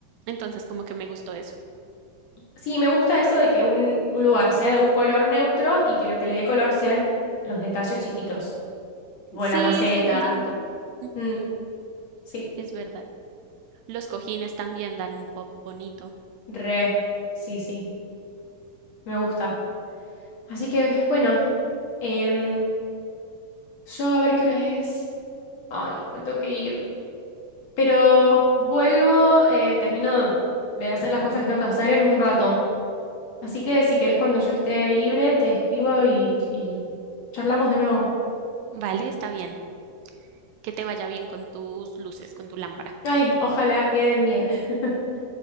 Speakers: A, on the right (about 80°); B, on the left (about 55°).
A: Entonces, como que me gustó eso.
B: sí, me gusta eso de que un, un lugar sea de un color neutro y que lo que le dé color sean los detalles chiquitos, tipo
A: Sí,
B: la maceta.
A: se ve lindo. Ujú,
B: Mm, sí,
A: es verdad. Los cojines también dan un pop bonito.
B: re, sí, sí, me gusta. Así que, bueno. em, Yo a ver qué hora es. Ay, me tengo que ir. Pero vuelvo, eh, termino de hacer las cosas que tengo que hacer en un rato. Así que si querés cuando yo esté libre, te escribo y, y charlamos de nuevo.
A: Vale, está bien. Que te vaya bien con tus luces, con tu lámpara.
B: Ay, ojalá queden bien. <laughs>